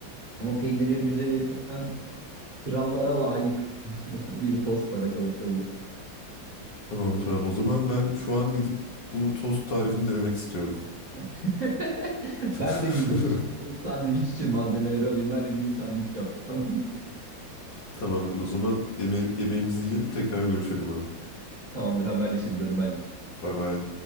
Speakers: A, on the right; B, on the left.
A: Ama peynirleri güzel eritirsen krallara layık <laughs> bir tost bana kalırsa bu.
B: Tamamdır abi. O zaman ben şu an gidip bu tost tarifini denemek istiyorum.
A: <laughs>
B: <laughs>
A: Ben de gideyim şimdi soğuk sandviç için malzemeleri alayım. Ben de gideyim sandviç yapacağım.
B: Tamamdır o zaman. Yeme yemeğimizi yiyelim tekrar görüşelim abi.
A: <laughs> Tamamdır haberleşiriz hadi bay bay.
B: Bay bay.